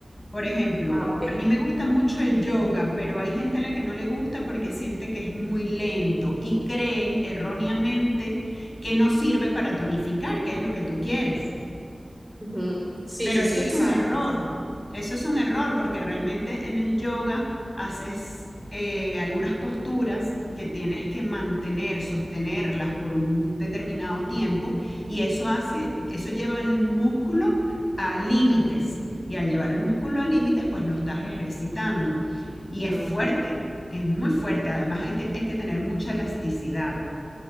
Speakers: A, on the left; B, in the centre.
A: Por ejemplo,
B: Ah, ok.
A: a mí me gusta mucho el yoga, pero hay gente a la que no le gusta porque siente que es muy lento y creen erróneamente que no sirve para tonificar, que es lo que tú quieres.
B: Ujú. Sí,
A: Pero
B: sí,
A: eso
B: sí,
A: es
B: exacto.
A: un error. Eso es un error porque realmente en el yoga haces eh, algunas posturas que tienes que mantener, sostenerlas por un determinado tiempo y eso hace, eso lleva el músculo a límites y al llevar el músculo a límites pues lo estás ejercitando
B: Ujú.
A: y es fuerte, es muy fuerte, además hay, te- hay que tener mucha elasticidad.